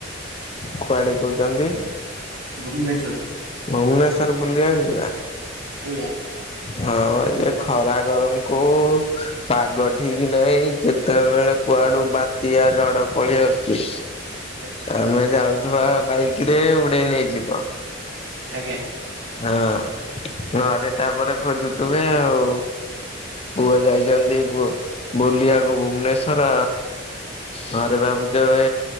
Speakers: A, on the left; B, on the right.
A: କୁଆଡେ କଉଚନ୍ତି?
B: ଭୁବନେଶ୍ୱର।
A: ଭୁବନେଶ୍ଵର ବୁଲିବାକୁ ଯିବା।
B: ଆଜ୍ଞା।
A: ହଁ, ଇଏ ଖରା ଗରମକୁ ପାଗ ଠିକ୍ ନାହିଁ, କେତେବେଳେ କୁଆଡୁ ବାତ୍ୟା ଝଡ ପଳେଇ ଆସୁଛି।
B: <inaudible>
A: ଆମେ ଯାଉଥିବା ବାଇକରେ, ଉଡେଇ ନେଇଯିବ।
B: ଆଜ୍ଞା।
A: ହଁ, ଘରେ ତାପରେ ଖୋଜୁଥିବେ ଆଉ। ପୁଅ ଯାଇଚନ୍ତି ବୁଲିଆକୁ ଭୁବନେଶ୍ଵର। ଘରେ ଭାବୁଥିବେ